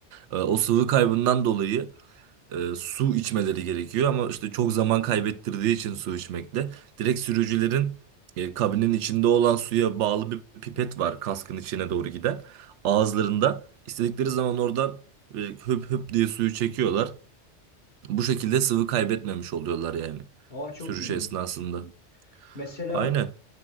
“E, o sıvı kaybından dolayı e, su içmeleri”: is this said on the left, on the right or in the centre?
Right